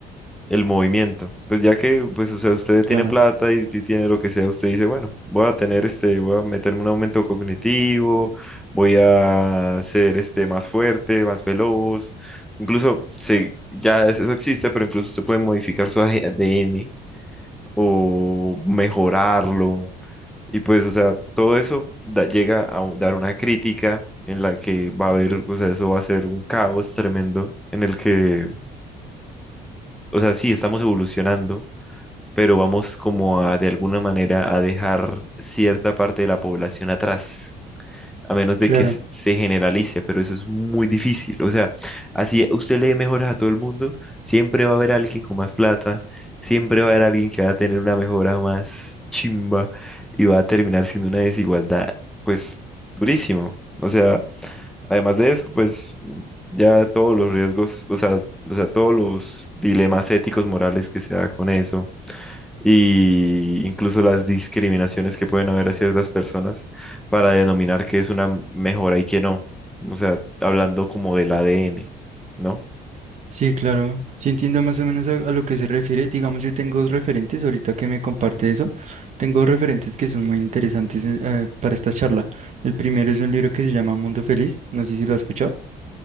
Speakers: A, in the centre; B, on the right (about 45°).
A: el movimiento. Pues ya que, pues, o sea, usted
B: claro,
A: tiene plata y, y tiene lo que sea, usted dice, bueno, voy a tener este, voy a meterme un aumento cognitivo, voy a ser este más fuerte, más veloz. Incluso se, ya es- eso existe, pero incluso usted puede modificar su ADN o mejorarlo. Y pues, o sea, todo eso da- llega a un- dar una crítica en la que va a haber, o sea, eso va a ser un caos tremendo en el que, o sea, sí, estamos evolucionando pero vamos como a de alguna manera a dejar cierta parte de la población atrás, a menos de
B: claro.
A: que se se generalice, pero eso es muy difícil. O sea, así usted le dé mejoras a todo el mundo, siempre va a haber alguien con más plata, siempre va a haber alguien que va a tener una mejora más chimba y va a terminar siendo una desigualdad, pues, durísimo. O sea, además de eso, pues... Ya todos los riesgos, o sea, o sea, todos los dilemas éticos, morales que se da con eso, y incluso las discriminaciones que pueden haber a ciertas personas para denominar qué es una mejora y qué no. O sea, hablando como del ADN, ¿no?
B: Sí, claro. Sí entiendo más o menos a, a lo que se refiere. Digamos, yo tengo dos referentes, ahorita que me comparte eso, tengo dos referentes que son muy interesantes eh, eh, para esta charla. El primero es un libro que se llama Mundo Feliz, no sé si lo has escuchado,